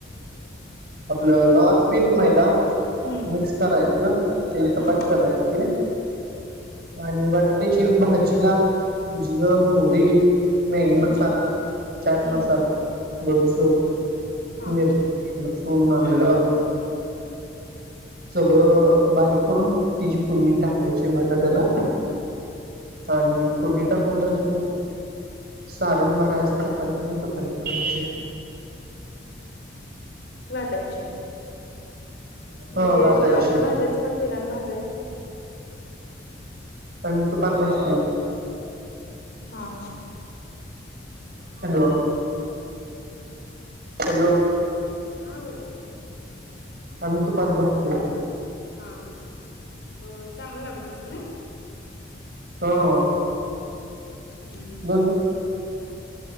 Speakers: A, on the right; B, on the left.
A: आपलं घवाच पिट मैदा.
B: हम्म
A: मिक्स करायचं, तेची
B: हम्म
A: चपाती करायची. आणि बटाट्याची भाजी ला? जिर, मोहरी, मॅगी
B: हम्म
A: मसाला. चाट
B: हम्म
A: मसाला, बडीसोप
B: हा
A: मिरच. लसूण आल. सगळं बारीक करून तिची फुडणी टाकायची बटाट्याला.
B: <inaudible>
A: आणि फोडणी टाकून तिथ. सारून भरायचं चपातीला चपाती भजाय ची.
B: लाटायचे, मग
A: हो
B: ते
A: लाटायचे
B: तुपाान भाजायचं का तेलान भाजायचं.
A: पण तूपाण भाजतोय.
B: हा हा.
A: हॅलो. हॅलो.
B: हा बोला की.
A: आम्ही तुपात बसते.
B: हा, हा चांगलं लागत असल नि.
A: हो.
B: हम.
A: बोल.